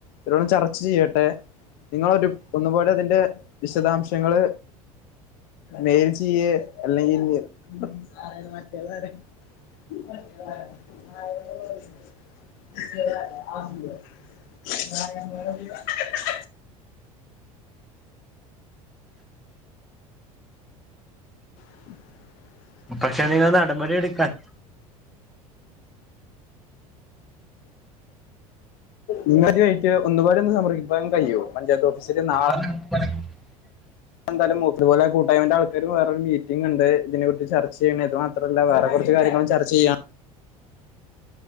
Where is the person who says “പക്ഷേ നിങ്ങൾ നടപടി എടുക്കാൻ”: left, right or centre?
Centre